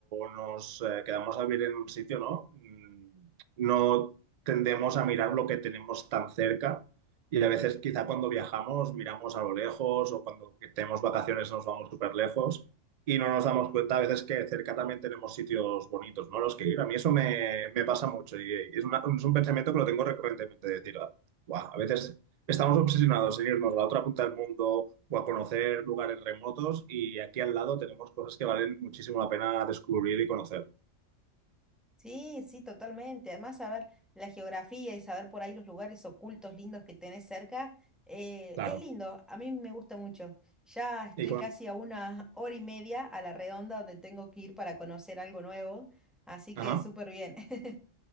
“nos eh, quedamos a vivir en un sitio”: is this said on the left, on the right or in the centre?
Right